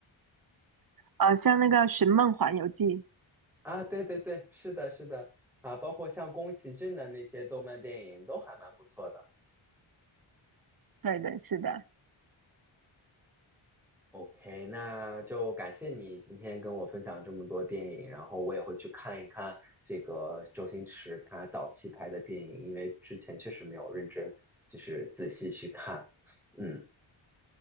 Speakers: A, on the right; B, in the centre.
A: 啊，像那个《寻梦环游记》，
B: 啊。对对对，是的，是的啊，包括像宫崎骏的那些动漫电影都还蛮不错的。
A: 对对，是的，
B: OK，那就感谢你今天跟我分享这么多电影，然后我也会去看一看这个周星驰他早期拍的电影，因为之前确实没有认真，就是仔细去看。嗯。